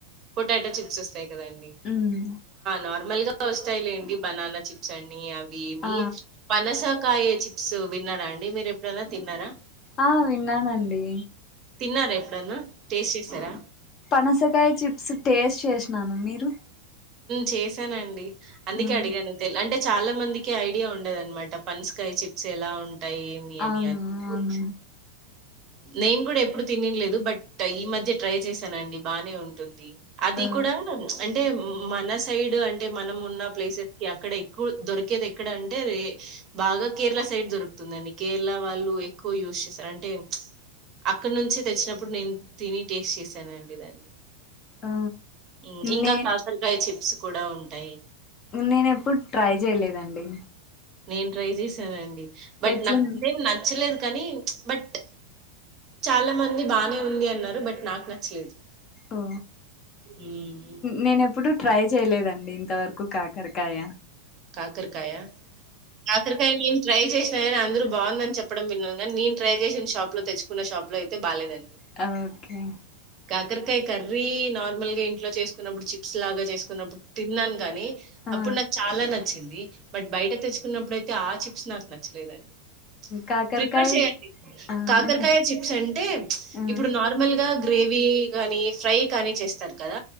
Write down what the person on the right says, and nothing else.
పొటాటో చిప్స్ ఉంటాయి కదండి
నార్మల్ గా వస్తాయిలేండి బనానా చిప్స్ అండి మీ అవి మీ
పనస కాయ చిప్స్ విన్నారా అండి మీరు ఎప్పుడైనా తిన్నారా
తిన్నారా ఎప్పుడన్నా టేస్ట్ చేసారా
చేశానండి అందుకే
అడిగాను తెలి అంటే అంటే చాలా మందికి ఐడియా ఉండదనమాట పన్ స్కాయ్ చిప్స్ ఎలా ఉ ఉంట ఏమి అని
హు
నేను కూడా ఎప్పుడు తనిలేదు బట్ ఈ మధ్య ట్రై చేశానండి బానే ఉంటుంది అది
కూడా అ టమ్ మన సైడ్ అంటే మనం ఉన్న ప్లేసెస్ కి అక్కడ ఎక్కువ దొరికేది ఎక్కడ అంటే రే బాగా కేరళ సైడ్ దొరుకుతుందండి కేరళ వాళ్ళు ఎక్కువ యూస్ చేస్తారు అంటే అక్కడ నుంచే తెచ్చినప్పుడు నేను తిని టేస్ట్ చేసాను అండి దాన్ని
హ్మ్. ఇంకా
కాకరకాయ చిప్స్ కూడా ఉంటాయి
నేను ట్రై చేశానండి బట్
నాకు అంటే అంటే నచ్చలే కానీ బట్ చాలా మంది బానే ఉంది అన్నారు బట్ నాకు నచ్చలేదు
మ్మ్
కాకరకాయా కాకరకాయ నేను ట్రై చేసిన అందరు బాగుందని చెప్పడం విన్నాను నేను ట్రై చేసిన షాప్ తెచ్చుకున్న షాప్ లో అయితేబాగాలేదు
అక్కరికాయ కర్రీ నార్మల్గా ఇంట్లో చేసుకున్నప్పుడు చిప్స్ లాగా చేసుకున్నప్పుడు తిన్నాను కాగాని అప్పుడు
నాకు చాలా నచే ఈ బట్ బయట తెచ్చుకున్నప్పుడుయితే ఆ చిప్స్ నాకు నచ్చలేదండి
ప్రిఫర్ చేయండి
కాకరకాయ
చిప్స్ అంటే
ఇప్పుడు నార్మల్గా గ్రేవీ కాగానీ ఫ్రై కానీ చేస్తారు కద